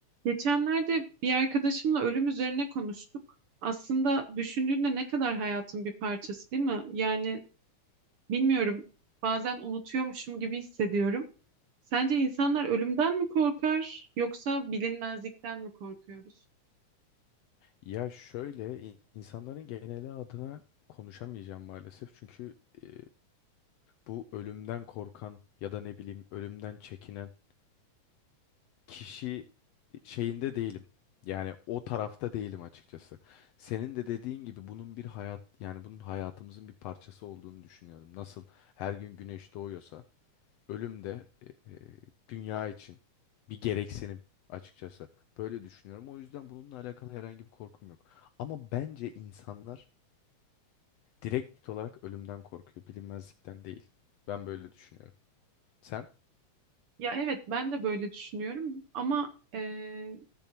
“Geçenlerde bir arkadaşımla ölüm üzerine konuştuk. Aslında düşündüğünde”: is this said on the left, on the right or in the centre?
Right